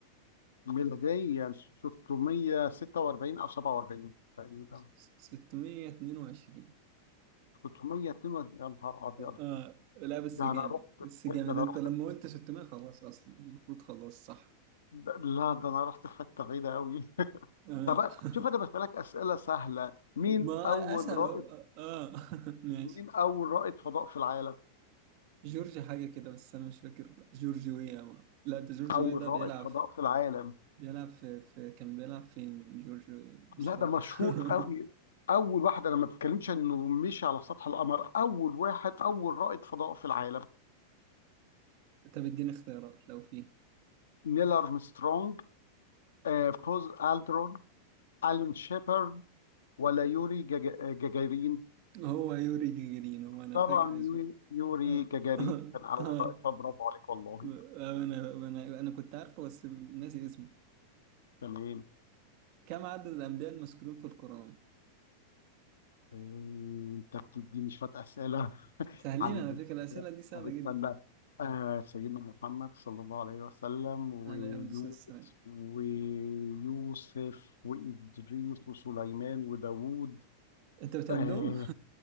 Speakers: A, on the left; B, on the right.
A: ميلاديا 646 او 47 تقريبا
B: 622
A: 642 يا نهار ابيض
B: اه لا بس
A: ده
B: جامد
A: انا رحت
B: بس جامد
A: ده انا
B: انت
A: رحت
B: لما قلت 600 خلاص اصلا المفروض خلاص صح
A: ده- لا ده انا رحت في حته بعيده قوي <laughs>
B: اه
A: طب
B: <laughs>
A: شوف انا بسالك اسئله سهله مين
B: ما
A: اول
B: اسهل
A: رائد
B: اهو اه <laughs> ماشي
A: مين اول رائد فضاء في العالم
B: جورج حاجه كده بس انا مش فاكر جورج ويا و- لا ده جورج
A: اول
B: ويا ده
A: رائد
B: بيلعب
A: فضاء في العالم
B: بيلعب في, في كان بيلعب فين جورج ويا مش
A: لا
B: فاكر
A: ده مشهور
B: <laughs>
A: قوي اول واحد انا ما بتكلمش انه مشي على سطح القمر اول واحد اول رائد فضاء في العالم
B: طب اديني اختيارات لو فيه
A: نيل ارمسترونج آه بوز الدرون ألين شيبرد ولا يوري جاجا- جاجارين
B: هو يوري جيجرين هو انا
A: طبعا
B: فاكر اسمه
A: يوري يوري
B: اه
A: جاجارين
B: <laughs> اه
A: كان أول
B: آه.
A: رئيس برافو عليك والله
B: انا انا انا كنت عارفه بس ناسي اسمه
A: تمام
B: كم عدد الأنبياء المذكورين في القرآن؟
A: آه، أنت بتديني شوية أسئلة
B: سهلين
A: عدد
B: على
A: الأنبياء
B: فكرة الأسئلة دي سهلة
A: طب استنى
B: جدا
A: آه سيدنا محمد صلى الله عليه وسلم ويونس
B: عليه أفضل الصلاة والسلام
A: ويوسف وإدريس وسليمان وداوود
B: أنت بتهدم؟
A: آه